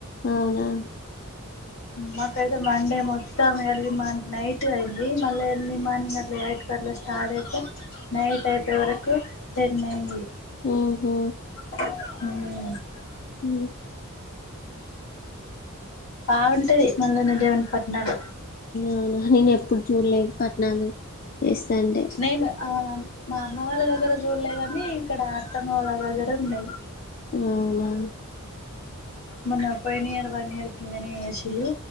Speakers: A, on the left; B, on the left.
A: అవునా
B: మాకైతే మండే మొత్తం ఎర్లీ మార్ నైట్ అయింది మళ్ళ ఎర్లీ మార్నింగ్ అట్లా ఎయిట్ అట్లా స్టార్ట్ చెత్తే నైట్ అయి పోయే వరకు టెన్ అయ్యింది
A: మ్ హు
B: మ్
A: అ
B: బాగుంటది మల్లన్న దేవుని పట్నాలు
A: అవునా నేను ఎప్పుడు చూడలేదు పట్నాలు చేస్తాంటే
B: నేను ఆ మా అమ్మ వాళ్ళ దగ్గర చూడలే కాని ఇక్కడ అత్తమ్మ వాళ్ళ దగ్గర ఉన్నాయి
A: అవునా
B: మోన్న పోయిన ఇయర్ వన్ ఇయర్ కిందనే చేసి ళ్ళు